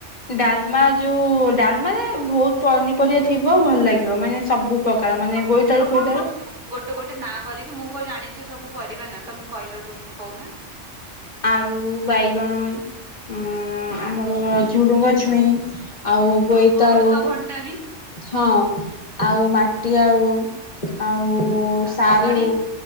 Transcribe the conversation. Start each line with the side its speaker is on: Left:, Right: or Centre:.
Left: ଡାଲମା ଯୋଉ ଡାଲମାରେ ବହୁତ ପନିପରିବା ଥିବ ଭଲ ଲାଗିବ ମାନେ ସବୁ। ପକାର ମାନେ ବୋଇତାଳୁ ଫୋଇତାଳୁ।
Right: ତ ଗୋଟେ ନାଁ କରିକି ମୁଁ କଣ ଜାଣିଛି ସବୁ ପରିବା ନା ତମେ କହିଲ କହୁନା?
Left: ଆଳୁ ବାଇଗଣ ଅ
Right: ଆଚ୍ଛା,
Left: ଆମର ଝୁଡୁଙ୍ଗ ଛୁଇଁ। ଆଉ ବୋଇତାଳୁ
Right: ହଁ ଅମୃତଭଣ୍ଡା ବି
Left: ହଁ ଆଉ ମାଟି ଆଳୁ। ଆଉ ସାରୁ
Right: କଦଳୀ